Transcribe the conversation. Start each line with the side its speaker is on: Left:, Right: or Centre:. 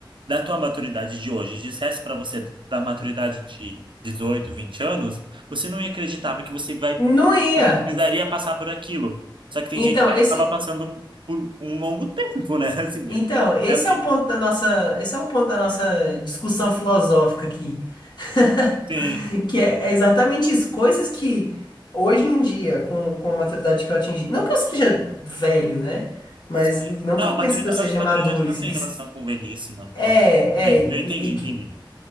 Right: da tua maturidade de hoje dissesse pra você da maturidade de dezoito 20 anos, você não ia acreditar, porque você vai,
Left: não ia.
Right: você precisaria passar por aquilo. Só que tem
Left: Então,
Right: gente que acaba
Left: esse,
Right: passando por um longo tempo, né? <laughs> Assim,
Left: então, esse
Right: é, a
Left: é o ponto da nossa, esse é o ponto da nossa discussão filosófica aqui. <laughs>
Right: sim
Left: Que é, é exatamente isso. Coisas que hoje em dia, com, com a maturidade que eu atingi, não que eu seja velho, né? Mas
Right: Sim.
Left: não
Right: Não,
Left: que eu
Right: maturidade,
Left: pense que eu seja
Right: acho que maturidade
Left: maduro.
Right: não
Left: isso-
Right: tem relação com velhice, não.
Left: é,
Right: Pode. É, Eu
Left: é, e,
Right: entendi,
Left: e
Right: entendi.
Left: que.